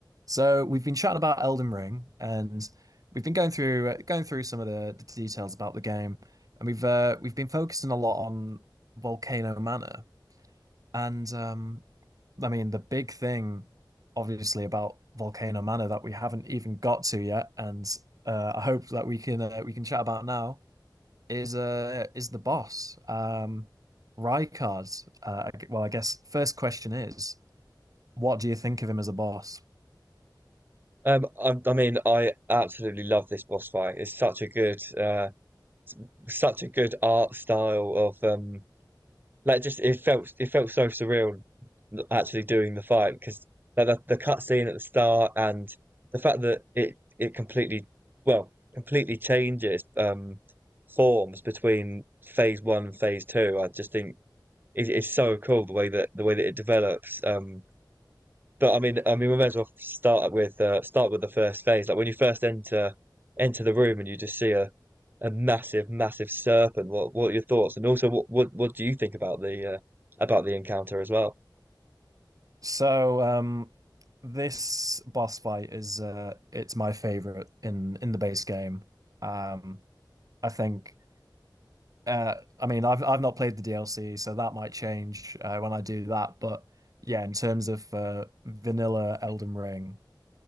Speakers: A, on the right; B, on the right.
A: So we've been chatting about Elden Ring, and we've been going through uh, going through some of the, the details about the game, and we've uh, we've been focusing a lot on Volcano Manor, and um, I mean the big thing, obviously, about Volcano Manor that we haven't even got to yet, and uh, I hope that we can uh, we can chat about now is uh is the boss, um, Rykard. Uh, I g- well, I guess first question is, what do you think of him as a boss?
B: Um, I, I mean, I absolutely love this boss fight. It's such a good, uh, such a good art style of um, like just it felt it felt so surreal actually doing the fight because like the, the cutscene at the start and the fact that it it completely well completely changes um forms between phase one and phase two. I just think it, it's so cool the way that the way that it develops. Um, but I mean, I mean, we may as well start with uh, start with the first phase. Like when you first enter enter the room and you just see a, a massive, massive serpent. What what are your thoughts? And also, what what, what do you think about the uh, about the encounter as well?
A: So um this boss fight is uh it's my favorite in in the base game. Um I think uh I mean I've I've not played the DLC so that might change uh, when I do that but yeah in terms of uh, vanilla Elden Ring